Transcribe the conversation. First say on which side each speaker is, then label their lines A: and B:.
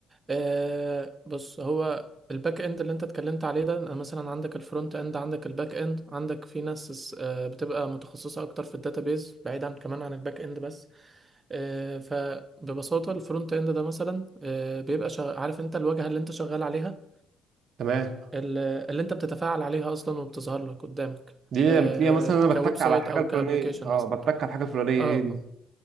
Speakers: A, on the right; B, on the right.
A: آه بص هو الباك اند اللي انت اتكلمت عليه ده أنا مثلا عندك الفرونت اند عندك الباك اند عندك في ناس آه بتبقى متخصصة اكتر في الداتابيز بعيدا كمان عن الباك اند بس آه فببساطة الفرونت اند ده مثلا آه بيبقى شغ... عارف انت الواجهة اللي انت شغال عليها
B: تمام
A: ال- اللي انت بتتفاعل عليها اصلا وبتظهر لك قدامك
B: دي
A: آه
B: بتلاقيها مثلا انا
A: كويب
B: بتك
A: سايت
B: على الحاجه
A: او
B: الفلانيه
A: كابليكيشن
B: اه
A: مثلا
B: بتك على الحاجه الفلانيه
A: اه
B: هي
A: اه
B: دي